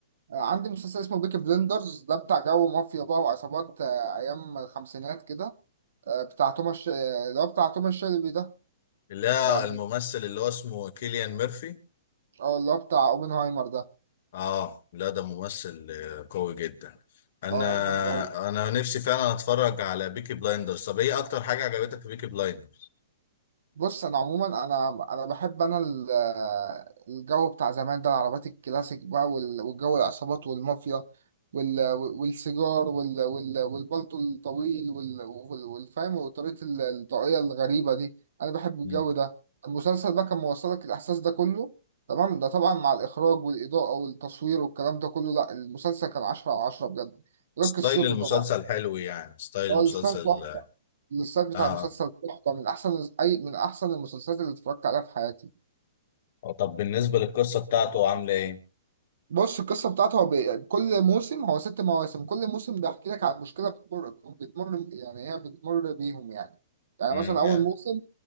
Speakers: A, on the right; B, on the left.
A: آه، عندي مسلسل اسمه بيكي بلندرز ده بتاع جو مافيا بقى وعصابات آه، أيام الخمسينات كده آه، بتاع توماس ش- آه، اللي هو بتاع توماس شيلبي ده
B: لا
A: يعني
B: الممثل اللي هو اسمه كيليان ميرفي
A: اه اللي هو بتاع اوبنهايمر ده
B: اه لا ده ممثل آه، قوي جدا انا
A: آه، أنا بحبه أوي.
B: انا نفسي فعلا اتفرج على بيكي بلايندرز طب ايه اكتر حاجة عجبتك في بيكي بلايندرز
A: بص انا عموما انا انا بحب انا ال- الجو بتاع زمان ده العربيات الكلاسيك بقى وال- والجو العصابات والمافيا وال- والسيجار وال- وال- والبلطو الطويل وال- وال- والفاهم وطريقة ال- الطاقية الغريبة دي انا بحب الجو
B: مم.
A: ده المسلسل بقى كان موصلك الاحساس ده كله تمام ده طبعا مع الاخراج والاضاءة والتصوير والكلام ده كله لا المسلسل كان عشرة على عشرة بجد غير
B: ستايل
A: قصته
B: المسلسل
A: طبعا
B: حلو يعني ستايل
A: هو
B: المسلسل
A: الاستاذ تحفة
B: اه
A: الاستاذ بتاع
B: آه.
A: مسلسل تحفة من أحسن أي من أحسن المسلسلات اللي اتفرجت عليها في حياتي
B: آه، طب بالنسبة للقصة بتاعته عاملة ايه
A: بص القصة بتاعته هو بي... كل موسم هو ست مواسم كل موسم بيحكي لك عن مشكلة بتمر بتمر يعني هي بتمر بيهم يعني يعني
B: امم
A: مثلا أول
B: يعني
A: موسم